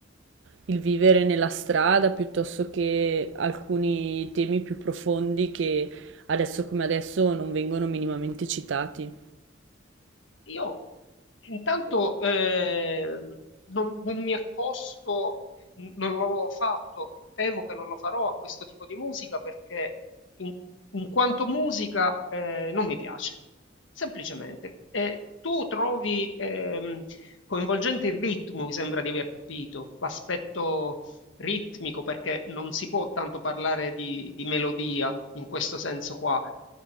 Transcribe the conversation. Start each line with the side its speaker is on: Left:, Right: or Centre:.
Right: il vivere nella strada piuttosto che alcuni temi più profondi che adesso come adesso non vengono minimamente citati.
Left: Io intanto, ehm, non, non mi accosto, n- non l'avevo fatto e temo che non lo farò a questo tipo di musica perché in, in quanto musica eh, non mi piace, semplicemente. E tu trovi ehm, coinvolgente il ritmo, mi sembra di aver capito, l'aspetto ritmico perché non si può tanto parlare di, di melodia in questo senso qua.